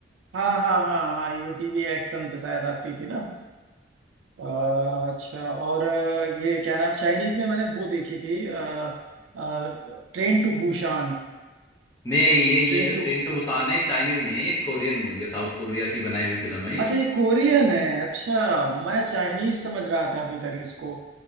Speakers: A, on the right; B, on the left.
A: हाँ हाँ हाँ हाँ हाँ यूटीवी एक्शन पे शायद आती थी ना अ, अच्छा और अ, ये क्या नाम चाइनीज में मैंने वो देखी थी train to Busan
B: नहीं ये ये
A: Train
B: जो
A: to
B: ट्रेन टू बुसान है चाइनीज नहीं है ये कोरियन मूवी है साउथ कोरिया की बनाई हुई फिल्म है ये
A: अच्छा ये कोरियन है अच्छा मैं चाइनीज समझ रहा था अभी तक इसको